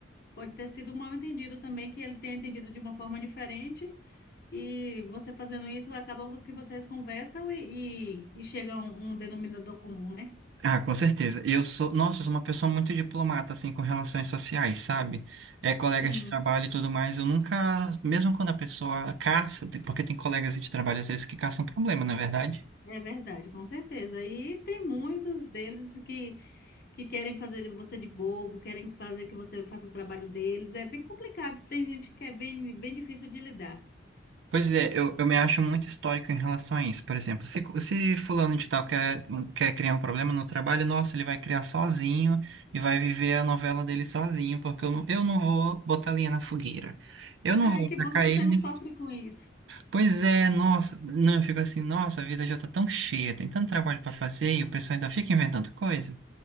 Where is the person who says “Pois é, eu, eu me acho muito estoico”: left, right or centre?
Right